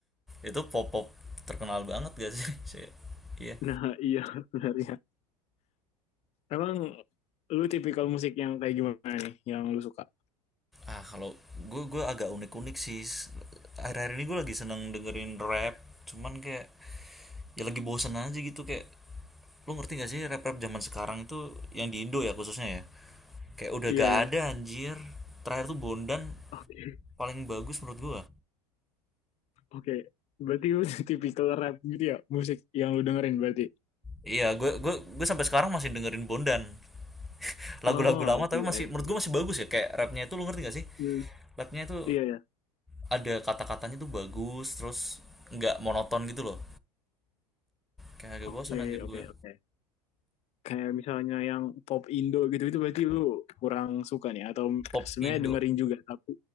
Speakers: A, in the centre; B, on the left.
A: Itu pop-pop terkenal banget gak sih? <laughs> Iya.
B: Nah, iya <laughs> sebenarnya. Emang lu tipikal musik yang kayak gimana nih yang lu suka?
A: ah kalau gue gue agak unik unik sih akhir-akhir ini gue lagi seneng dengerin rap cuman kayak ya lagi bosen aja gitu kayak lu ngerti gak sih rap rap zaman sekarang itu yang di Indo ya khususnya ya kayak udah
B: Iya,
A: gak
B: iya.
A: ada anjir terakhir tuh Bondan
B: Oke.
A: paling bagus menurut gue
B: Oke, berarti lu <laughs> tipikal rap gitu ya, musik yang lu dengerin berarti.
A: iya gue gue gue sampai sekarang masih dengerin Bondan <laughs> lagu-lagu
B: Oh,
A: lama
B: I
A: tapi
B: see,
A: masih
B: I
A: menurut
B: see.
A: gue masih bagus ya kayak rapnya itu lu ngerti gak sih
B: Hmm,
A: rapnya itu
B: iya ya.
A: ada kata-katanya tuh bagus terus nggak monoton gitu loh kayak Kagak bosan
B: Oke,
A: anjir gue.
B: oke, oke. Kayak misalnya yang pop Indo gitu itu berarti lu kurang suka nih atau
A: Pop
B: sebenarnya
A: Indo.
B: dengerin juga tapi